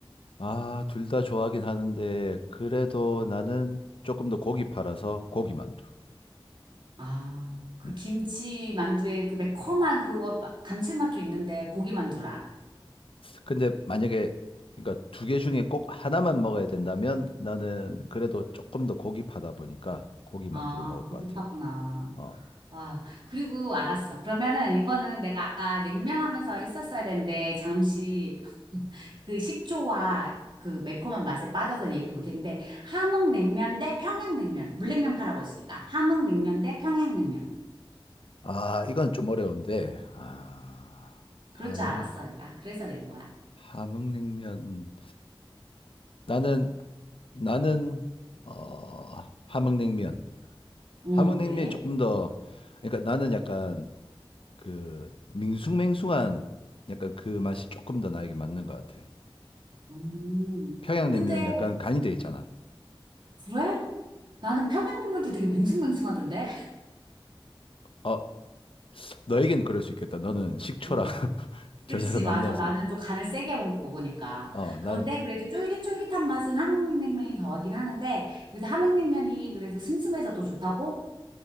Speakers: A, on the left (about 75°); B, on the right (about 60°).
A: 아, 둘 다 좋아하긴 하는데, 그래도 나는 조금 더 고기 팔아서 고기만두.
B: 아, 그
A: 음.
B: 김치 만두에 그 매콤한 그거 마- 감칠맛도 있는데 고기 만두라.
A: 근데 만약에, 그러니까 두 개 중에 꼭 하나만 먹어야 된다면 나는 그래도 조금 더 고기 파다 보니까 고기만두를
B: 아,
A: 먹을
B: 고기
A: 것 같아.
B: 파구나.
A: 어.
B: 와, 그리고 알았어. 그러면은 이거는 내가 아까 냉면 하면서 했었어야 되는데 잠시 <laughs> 그 식초와 그 매콤한 맛에 빠져서 얘기를 못 했는데 함흥냉면 대 평양냉면. 물냉면 파라고 했으니까. 함흥냉면 대 평양냉면.
A: 아, 이건 좀 어려운데, 아,
B: 그럴
A: 함흥,
B: 줄 알았어, 내가. 그래서 낸 거야.
A: 함흥냉면. 나는, 나는, 어, 함흥냉면.
B: 어,
A: 함흥냉면이
B: 왜?
A: 조금 더, 그러니까 나는 약간 그 밍숭맹숭한 약간 그 맛이 조금 더 나에게 맞는 것 같아.
B: 음.
A: 평양냉면은
B: 근데
A: 약간 간이 돼 있잖아.
B: 그래? 나는 평양냉면도 되게 밍숭맹숭하던데?
A: 어, 너에겐 그럴 수 있겠다. 너는 식초랑
B: 음.
A: <laughs> 겨자를
B: 그치,
A: 많이
B: 맞아.
A: 넣어서
B: 나는
A: 먹-
B: 좀 간을 세게 먹, 먹으니까.
A: 어, 나는
B: 그런데 그래도 쫄깃쫄깃한 맛은 함흥냉면이 더하긴 하는데, 그래도 함흥냉면이 그래도 슴슴해서 또 좋다고?